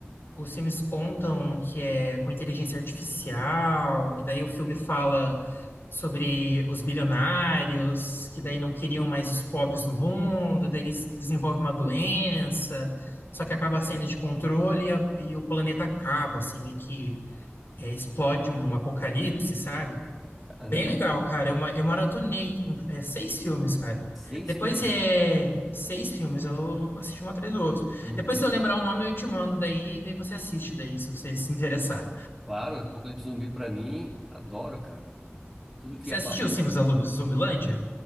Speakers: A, on the left; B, in the centre.
A: Os filmes contam que é com inteligência artificial, e daí o filme fala sobre os bilionários, que daí não queriam mais os pobres do mundo, daí eles desenvolvem uma doença, só que acaba saindo de controle e, a- e o planeta acaba, assim, meio que é, explode um apocalipse, sabe?
B: Caramba,
A: Bem legal, cara. Eu, ma- eu maratonei com, é, seis filmes, cara.
B: seis
A: Depois
B: filmes?
A: é seis filmes, eu assisti um atrás do outro.
B: Uhum.
A: Depois, se eu lembrar o nome, eu te mando daí, daí você assiste daí, se você se interessar.
B: Claro, Apocalipse Zumbi pra mim, adoro, cara. Tudo que
A: Você
B: aparece,
A: assistiu os filmes
B: eu assisto.
A: da Lu- Zumbilândia?